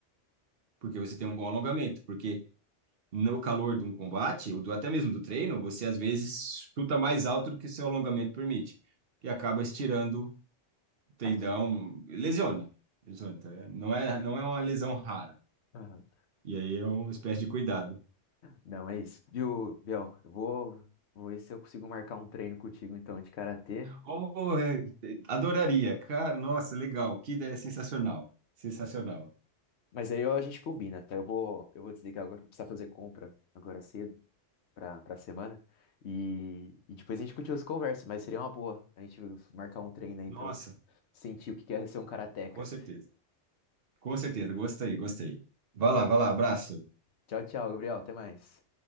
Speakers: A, on the right; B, on the left.
A: porque você tem um bom alongamento. Porque no calor de um combate, ou do, até mesmo do treino, você às vezes chuta mais alto do que seu alongamento permite. E acaba estirando o tendão,
B: Mas-
A: lesiona. Lesiona. tá? Não é, não é uma lesão rara.
B: Aham.
A: E aí é uma espécie de cuidado.
B: Não, é isso. Viu, Biel? Eu vou, vou ver se eu consigo marcar um treino contigo, então, de karatê.
A: Oh, é, é, adoraria. Cara, nossa, legal. Que ideia sensacional. Sensacional.
B: Mas aí ó, a gente combina, tá? Eu vou, eu vou desligar agora, vou precisar fazer compra agora cedo, pra, pra semana. E, e depois a gente continua essa conversa, mas seria uma boa a gente marcar um treino aí
A: Nossa,
B: pra sentir o que que é ser um karateca.
A: com certeza. Com certeza. Gostei, gostei. Vai lá, vai lá. Abraço.
B: Tchau, tchau, Gabriel. Até mais.